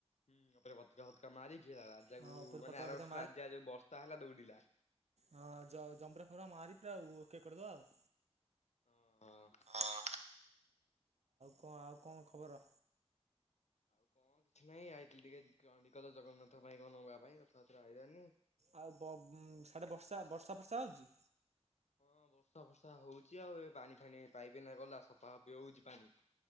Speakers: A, on the left; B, on the right.
A: ହୁଁ, ଉପରେ ପତକା ଫତକା ମାରିକି ହେଲା, ରାଜାକୁୁ
B: ହଁ ଉପରେ
A: ମାନେ
B: ପତାକା
A: ଆର
B: ଫତାକା
A: ବର୍ଷ ରାଜା ଯୋଉ ବର୍ଷା ହେଲା ଦୌଡିଲା।
B: ହଁ, ଜମ୍ବୁରା ଫମ୍ବୁରା ମାରି ପୁରା ଓକେ କରିଦବା ଆଉ।
A: ହଁ ହଁ।
B: ଆଉ କଣ? ଆଉ କଣ ଖବର?
A: ଆଉ କଣ କିଛି ନାହିଁ, ଆଇଥିଲି ଟିକେ ଚଣ୍ଡିଖୋଲ ଜଗନ୍ନାଥ ପାଇଁ, କଣ ନବା ପାଇଁ ରଥଯାତ୍ରା ଆଇଲାନି।
B: ଆଉ ବ-ସାଡେ ବର୍ଷା ବର୍ଷା ଫର୍ଷା ହଉଚି।
A: <inaudible> ହଁ, ବର୍ଷା ଫର୍ଷା ହଉଚି ଆଉ ଏବେ ପାଣି ଫାଣି ପାଇପ ଏଇନେ ଗଲା, ସଫା ସଫି ହଉଛି ପାଣି